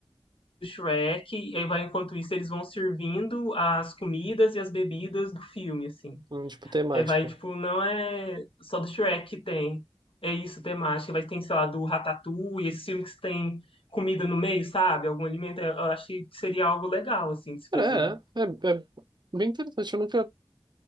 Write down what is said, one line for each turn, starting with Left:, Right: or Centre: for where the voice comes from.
Left: Shrek, e aí vai, enquanto isso, eles vão servindo as comidas e as bebidas do filme, assim.
Right: Hum, tipo temática.
Left: É, vai, tipo, não é só do Shrek que tem. É isso, temática. Vai tem sei lá, do Ratatouille, esses filmes que tem comida no meio, sabe? Algum alimento. Eu acho que seria algo legal, assim, de se
Right: Cara,
Left: fazer.
Right: É, é, é bem interessante. Eu nunca,